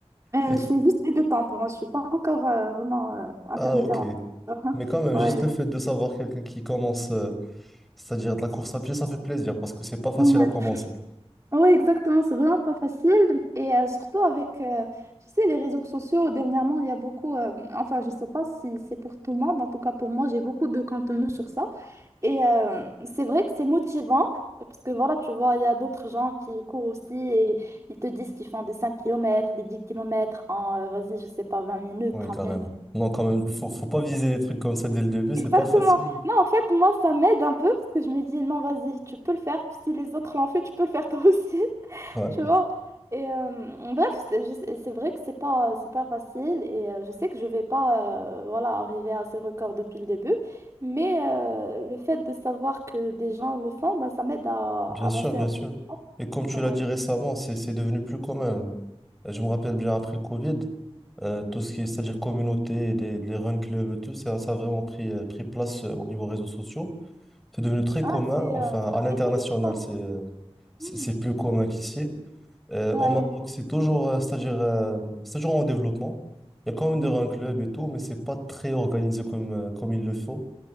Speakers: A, on the right (about 30°); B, in the centre.
A: Euh,
B: Et-
A: je suis juste débutante, moi, je suis pas encore euh, vraiment euh, intermédiaire.
B: Ah, ok.
A: en- Uhum.
B: Mais quand même,
A: Ouais.
B: juste le fait de savoir quelqu'un qui commence, euh, c'est-à-dire de la course à pied, ça fait plaisir parce que c'est pas facile
A: Ouais.
B: à commencer.
A: Ouais, exactement, c'est vraiment pas facile. Et euh, surtout avec, euh, tu sais, les réseaux sociaux, dernièrement, il y a beaucoup, euh, enfin, je sais pas si c'est pour tout le monde, en tout cas pour moi, j'ai beaucoup de contenu sur ça. Et euh, c'est vrai que c'est motivant, parce que voilà, tu vois, il y a d'autres gens qui courent aussi et ils te disent qu'ils font des 5 kilomètres des 10 kilomètres en, euh, vas-y, je sais pas, 20 minutes,
B: Oui,
A: 30
B: carrément.
A: minutes.
B: Non, quand même, faut, faut pas viser des trucs comme ça dès le début, c'est
A: Exactement.
B: pas facile.
A: Non, en fait, moi, ça m'aide un peu parce que je me dis, non, vas-y, tu peux le faire. Si les autres l'ont fait, tu peux le faire toi aussi. <laughs>
B: ouais
A: Tu vois? Et euh, bref, c'est je sais- c'est vrai que c'est pas, c'est pas facile et euh, je sais que je vais pas euh, voilà, arriver à ces records depuis le début, mais euh, le fait de savoir que des gens le font, ben, ça m'aide à
B: Bien
A: avancer
B: sûr, bien
A: un peu.
B: sûr. Et comme tu
A: Ouais.
B: l'as dit récemment, c'est c'est devenu plus commun. Euh, Je me rappelle bien après le Covid, euh, tout ce qui est, c'est-à-dire communauté, et des, les run clubs et tout, ça, ça a vraiment pris, euh, pris place euh, au niveau réseaux sociaux. C'est devenu très
A: Ah,
B: commun.
A: c'est
B: Enfin,
A: euh, c'est
B: à
A: après
B: l'international,
A: Covid, ça.
B: c'est euh, c'est
A: Hmm.
B: c'est plus commun qu'ici. Euh,
A: Ouais.
B: au Maroc, c'est toujours, euh, c'est-à-dire, euh, c'est toujours en développement. Il y a quand même
A: Mhm.
B: des run clubs et tout, mais c'est pas très organisé comme, euh, comme il le faut.